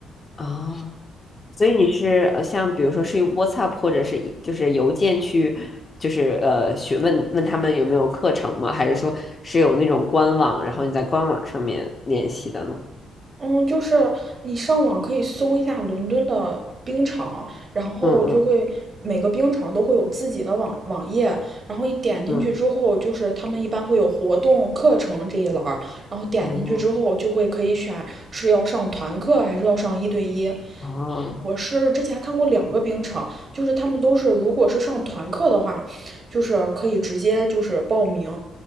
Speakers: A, on the left (about 35°); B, on the right (about 40°).
A: 哦，所以你是呃像比如说是用 WhatsApp 或者是一就是邮件去就是呃询问问他们有没有课程吗？还是说是有那种官网，然后你在官网上面联系的呢？
B: 嗯，就是你上网可以搜一下伦敦的冰场，然后就会每个冰场都会有自己的网网页，
A: 嗯嗯
B: 然后一点进去之后，
A: 嗯。
B: 就是他们一般会有活动、课程这一栏儿，然后点进去之后就会可以选是要上团课还是要上一对一，
A: 嗯，哦，
B: 我是之前看过两个冰场，就是他们都是，如果是上团课的话，就是可以直接就是报名，